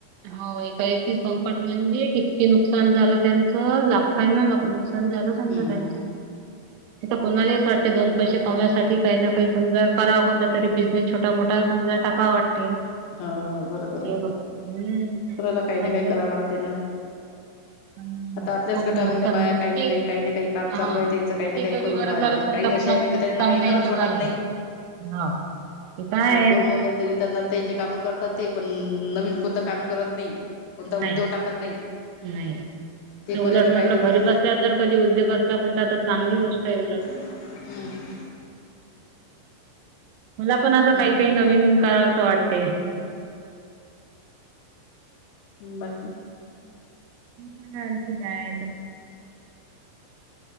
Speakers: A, on the right; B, on the left.
A: हो. एकाएकी संकट म्हणजे किती नुकसान झालं. त्यांचं लाखांना नुकसान झालं. छंद
B: हम्म
A: त्यांच
B: हम्म
A: आता कोणालाही असं वाटते दोन पैसे कमवण्यासाठी काही ना काही समजा करा कोणता तरी बिझनेस छोटा मोठा समजा टाकाव वाटते.
B: हा बरोबर
A: हे
B: आहे.
A: ब हम्म
B: कुणाला काही ना
A: असं
B: काही करावं लागते ना.
A: पण
B: आता आपल्याच
A: खूप
B: गटामधल्या
A: नुकसान
B: बाया काही ना
A: ते
B: काही काही ना काही काम
A: हा
B: चालू आहेत. याचं काही ना
A: ते
B: काही
A: तरी
B: करून
A: बरं
B: राहिले
A: झालं
B: आणि
A: समजा
B: काही अशा
A: कोणाचं
B: आहेत
A: नुकसान
B: त्यांना काही
A: नाही
B: करावच
A: निघालं.
B: वाटत नाही.
A: हा ते काय आहेत.
B: लोन वगैरे दिले त्यांना ते जे काम करतात. ते पण नवीन कुठ काम करत नाही. कोणता उद्योग
A: नाही
B: टाकत नाही
A: नाही.
B: ते
A: तर उलट
B: करायला पाहिजेत
A: म्हटलं घरी
B: ना.
A: बसल्या जर कधी उद्योग असला कोणता चांगली गोष्ट आहे उलट
B: हम्म.
A: मला पण असं
B: हम्म
A: काही काही नवीन करावं असं वाटते.
B: हो बाकी
A: खरं की काय.